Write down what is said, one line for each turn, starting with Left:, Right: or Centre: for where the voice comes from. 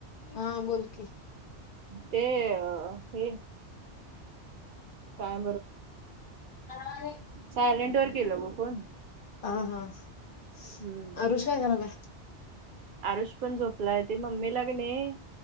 Left: हा हा बोल की
Right: ते हे. काय
Left: आये.
Right: सायलेंटवर वर केलं गं फोनं.
Left: ह हाआरुष
Right: हम्म
Left: आहे का बघा.
Right: अरुष पण झोपलायं ते मम्मीलानय कीं नाही